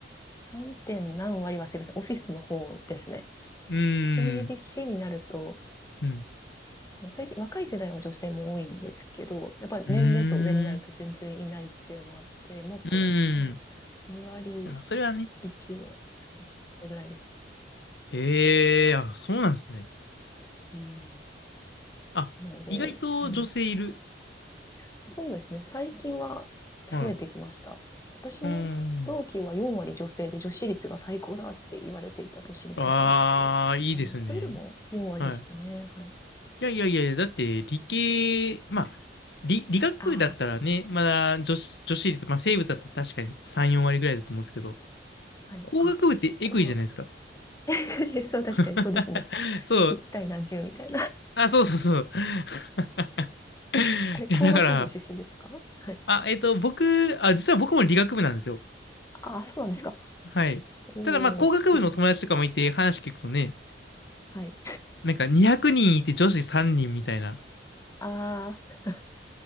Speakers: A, on the left; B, on the left.
A: 3. 点何割はすいません、オフィスの方ですね。
B: うー
A: 整備士になると、
B: ん。うん。
A: ね最近、若い世代は女性も多いんですけど、やっぱり年齢層上になると全然いないっていうのもあって、
B: うーん。
A: もっと、
B: うーん。
A: 何割、2割、
B: まあ、それはね。
A: 1割、そうですね、それぐらいです。
B: へえ、あ、そうなんですね。
A: うん。
B: あ、
A: なので、
B: 意外と女性いる。
A: うん、そうですね、最近は増えてきました。
B: はい
A: 私も同期は4割女性で女子率が最高だって言われていた年に入ったんですけど、
B: うん。ああ、いいですね。
A: あの、それでも4割でしたね。
B: はい。
A: はい。
B: いやいやいやいや、だって理系、まあ、理、理学部だったらね、
A: あ
B: まだ女子、女子率、まあ生物だったら確かに3、4割ぐらいだと思うんですけど、
A: あ、はい。
B: 工学部ってエグいじゃないですか。
A: あ、紅白。<laughs> そう、確かにそうですね。
B: <laughs> そう。
A: 一対何十みたい
B: あ、そうそうそう。<laughs>
A: あれ、
B: いや、
A: 工学部出身ですかはい。
B: だから、あ、えっと、僕、あ、実は僕も理学部なんですよ。
A: ああ、そうなんですか。
B: はい。
A: おー、
B: ただ、まあ、工学部の友達とかもいて話聞くとね、
A: すごい。はい。
B: なんか200人いて女子3人みたいな。
A: ああ、